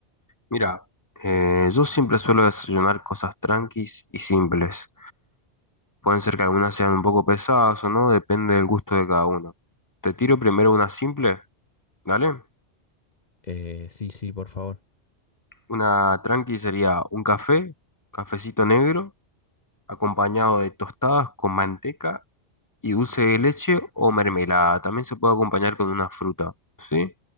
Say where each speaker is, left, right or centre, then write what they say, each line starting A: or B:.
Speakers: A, on the left; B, on the left.
A: Mira, eh, yo siempre suelo desayunar cosas tranquis y simples. Pueden ser que algunas sean un poco pesadas o no, depende del gusto de cada uno. Te tiro primero una simple, ¿dale?
B: Eh, sí, sí, por favor.
A: Una tranqui sería un café, cafecito negro, acompañado de tostadas con manteca y dulce de leche o mermelada. También se puede acompañar con una fruta, ¿sí?